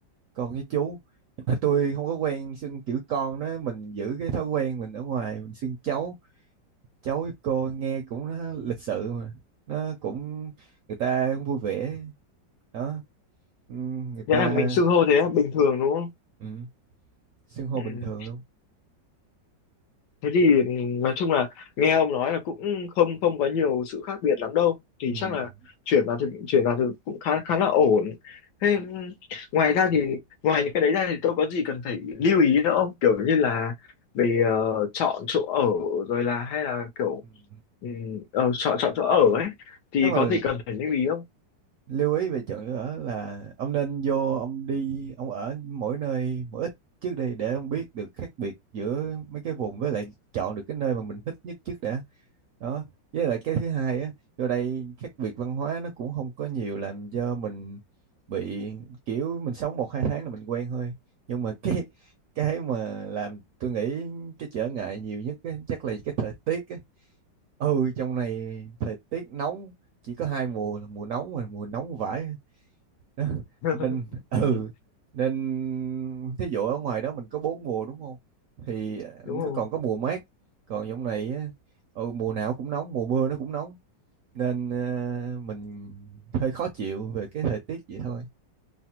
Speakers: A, on the right; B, on the left.
A: con với chú nhưng mà tôi không có quen xưng kiểu con đó mình giữ cái thói quen mình ở ngoài mình xưng cháu cháu với cô nghe cũng nó lịch sự mà nó cũng người ta cũng vui vẻ đó Ừm, người ta
B: Nghĩa là mình xưng hô thế là bình thường đúng không?
A: ừm, xưng hô
B: Ừ.
A: bình thường luôn
B: Thế thì ừ, nói chung là nghe ông nói là cũng không không có nhiều sự khác biệt lắm đâu thì
A: Ừm.
B: chắc là chuyển vào thực chuyển vào thực cũng khá khá là ổn. Thế ừm, ngoài ra thì ngoài những cái đấy ra thì tôi có gì cần phải lưu ý nữa không? Kiểu như là về ờ, chọn chỗ ở rồi là hay là kiểu
A: Ừm.
B: ừm, ờ, chọn chọn chỗ ở ấy thì
A: nếu mà
B: có gì cần phải lưu ý không?
A: lưu ý về chọn chỗ ở là ông nên vô ông đi ông ở mỗi nơi mỗi ít trước đi để ông biết được khác biệt giữa mấy cái vùng với lại chọn được cái nơi mà mình thích nhất trước đã đó với lại cái thứ hai á vô đây khác biệt văn hóa nó cũng không có nhiều làm cho mình bị kiểu mình sống một hai tháng là mình quen thôi nhưng mà <laughs> cái cái mà làm tôi nghĩ cái trở ngại nhiều nhất á, chắc là cái thời tiết á. ừ trong này thời tiết nóng chỉ có hai mùa là mùa nóng và mùa nóng vãi <laughs> Đó.
B: <laughs>
A: nên ừ
B: Ừ,
A: nên thí dụ ở ngoài đó mình có bốn mùa đúng không thì ờ,
B: Đúng
A: nó
B: rồi.
A: còn có mùa mát còn trong này á, ừ, mùa nào cũng nóng mùa mưa nó cũng nóng nên ờ, mình hơi khó chịu về cái thời tiết vậy thôi